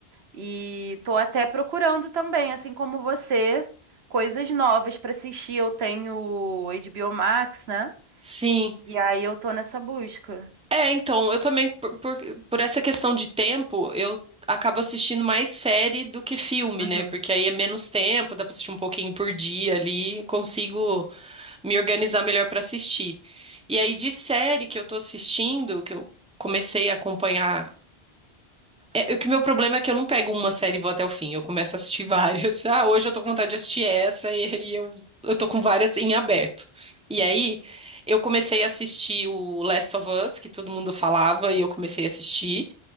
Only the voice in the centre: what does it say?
Sim.
É, então, eu também, por, por, por essa questão de tempo, eu acabo assistindo mais série do que filme,
né? Porque aí é menos tempo, dá pra assistir um pouquinho por dia ali, consigo
me organizar melhor pra assistir. E aí, de série que eu tô assistindo, que eu comecei a acompanhar o que meu problema é que eu não pego uma série e vou até o fim. Eu começo a assistir várias. <laughs> Ah, hoje eu tô com vontade de assistir essa e, e eu, eu tô com várias em aberto. E aí, eu comecei a assistir o Last of Us, que todo mundo falava, e eu comecei a assistir.